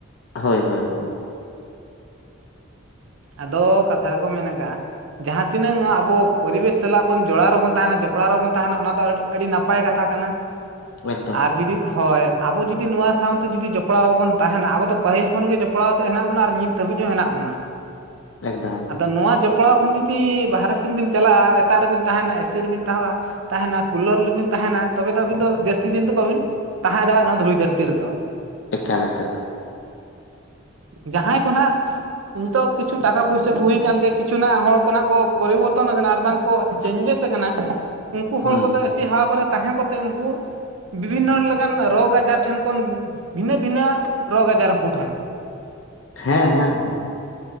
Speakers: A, on the left; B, on the right.
A: ᱦᱳᱭ ᱦᱳᱭ ᱦᱳᱭ
B: <inaudible> ᱟᱫᱚ ᱠᱟᱛᱷᱟ ᱨᱮᱠᱚ ᱢᱮᱱ ᱠᱟᱜᱼᱟ ᱡᱟᱦᱟᱸ ᱛᱤᱱᱟᱹᱜ ᱱᱚᱣᱟ ᱟᱵᱚ ᱯᱚᱨᱤᱵᱮᱥ ᱥᱟᱞᱟᱜ ᱵᱚᱱ ᱡᱚᱲᱟᱣ ᱨᱮᱵᱚᱱ ᱛᱟᱦᱮᱸᱱᱟ ᱡᱚᱯᱲᱟᱣ ᱚᱱ ᱛᱟᱦᱮᱸᱱᱟ ᱚᱱᱟ ᱫᱚ ᱟᱹᱰᱤ ᱱᱟᱯᱟᱭ ᱠᱟᱛᱷᱟ ᱠᱟᱱᱟ
A: ᱮᱠᱫᱚᱢ
B: ᱟᱨ ᱡᱩᱫᱤ ᱦᱳᱭ ᱟᱵᱚ ᱡᱩᱫᱤ ᱱᱚᱣᱟ ᱥᱟᱶᱛᱮ ᱡᱩᱫᱤ ᱡᱚᱯᱲᱟᱣ ᱵᱟᱵᱚᱱ ᱛᱟᱦᱮᱱᱟ ᱟᱵᱚ ᱫᱚ ᱯᱟᱹᱦᱤᱞ ᱠᱷᱚᱱᱜ ᱜᱮ ᱡᱚᱯᱲᱟᱣᱛᱮ ᱦᱮᱱᱟᱜ ᱵᱚᱱᱟ ᱟᱨ ᱱᱤᱛ ᱫᱷᱟᱹᱵᱤᱡ ᱦᱚᱸ ᱦᱮᱱᱟᱜ ᱵᱚᱱᱟ᱾
A: ᱮᱠᱫᱚᱢ ᱮᱠᱫᱚᱢ
B: ᱟᱫᱚ <unintelligible> ᱠᱷᱚᱱ ᱡᱩᱫᱤ ᱵᱟᱦᱨᱮ ᱥᱮᱱ ᱵᱤᱱ ᱪᱟᱞᱟᱜᱼᱟ ᱟᱨ ᱮᱴᱟᱜ ᱨᱮᱵᱤᱱ ᱛᱟᱦᱮᱸᱱᱟ ᱮᱥᱤ ᱨᱮᱵᱤᱱ ᱛᱟᱦᱮᱣᱟ ᱛᱟᱦᱮᱸᱱᱟ ᱠᱩᱞᱟᱨ ᱨᱮᱵᱤᱱ ᱛᱟᱦᱮ ᱛᱟᱦᱮᱸᱱᱟ ᱛᱚᱵᱮ ᱫᱚ ᱟᱹᱵᱤᱱ ᱫᱚ ᱡᱟᱹᱥᱛᱤ ᱫᱤᱱ ᱫᱚ ᱵᱟᱹᱵᱤᱱ ᱛᱟᱦᱮᱸ ᱫᱟᱲᱮᱭᱟᱜᱼᱟ ᱱᱚᱣᱟ ᱫᱷᱩᱲᱤ ᱫᱷᱟᱹᱨᱛᱤ ᱨᱮᱫᱚ᱾
A: ᱮᱠᱟᱞ ᱮᱠᱟᱞ
B: ᱡᱟᱦᱟᱸᱭ ᱠᱚ ᱱᱟᱜ ᱱᱤᱛᱚᱜ ᱠᱤᱪᱷᱩ ᱴᱟᱠᱟ ᱯᱩᱭᱥᱟ ᱠᱚ ᱦᱩᱭ ᱟᱠᱟᱱᱛᱮ ᱠᱤᱪᱷᱩᱱᱟᱜ ᱦᱚᱲ ᱠᱚᱱᱟᱜ ᱠᱚ ᱯᱚᱨᱤᱵᱚᱨᱛᱚᱱ ᱟᱠᱟᱱᱟ ᱟᱨ ᱵᱟᱝ ᱠᱚ ᱪᱮᱧᱡᱮᱥ ᱟᱠᱟᱱᱟ ᱩᱱᱠᱩ ᱦᱚᱲ
A: ᱦᱩᱸ
B: ᱠᱚᱫᱚ ᱮᱥᱤ ᱦᱟᱣᱟ ᱠᱚᱨᱮ ᱛᱟᱦᱮᱸ ᱠᱚ ᱠᱟᱛᱮ ᱩᱱᱠᱩ ᱵᱤᱵᱷᱤᱱᱱᱚ ᱞᱮᱠᱟᱱ ᱨᱳᱜᱽ ᱟᱡᱟᱨ ᱴᱷᱮᱱ ᱠᱷᱚᱱ ᱵᱷᱤᱱᱟᱹ ᱵᱷᱤᱱᱟᱹ ᱨᱳᱜᱽ <inaudible> <unintelligible> ᱴᱷᱮᱱ
A: ᱦᱮᱸ ᱦᱮᱸ ᱦᱮᱸ